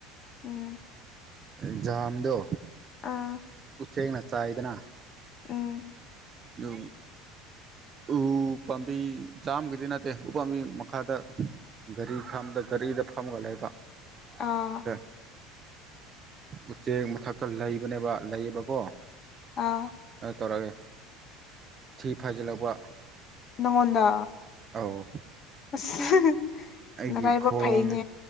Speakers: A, on the left; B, on the right.
A: ꯎꯝ
B: ꯑꯦꯛꯖꯥꯝꯗꯣ
A: ꯑꯥ
B: ꯎꯆꯁꯦꯡꯅ ꯆꯥꯏꯗꯅ
A: ꯎꯝ
B: ꯑꯗꯨ ꯎ ꯄꯝꯕꯤ ꯌꯥꯝꯥꯝꯒꯤꯗꯤ ꯅꯠꯇꯦ ꯎꯄꯥꯝꯕꯤ ꯃꯈꯥꯗ ꯒꯥꯔꯤ ꯈꯝꯕꯗ ꯒꯥꯔꯤꯗ ꯐꯝꯃꯒ ꯂꯩꯕ
A: ꯑꯥ
B: ꯑꯗ ꯎꯆꯦꯛ ꯃꯊꯛꯇ ꯂꯩꯕꯅꯦꯕ ꯂꯩꯌꯦꯕꯀꯣ
A: ꯑꯥ
B: ꯇꯧꯔꯛꯑꯒꯦ ꯊꯤ ꯐꯥꯖꯤꯜꯂꯛꯄ
A: ꯉꯒꯣꯟꯗ
B: ꯑꯧ
A: <unintelligible>
B: ꯑꯩꯒꯤ
A: ꯅꯔꯥꯏꯕꯛ
B: ꯈꯣꯡ
A: ꯐꯩꯅꯦ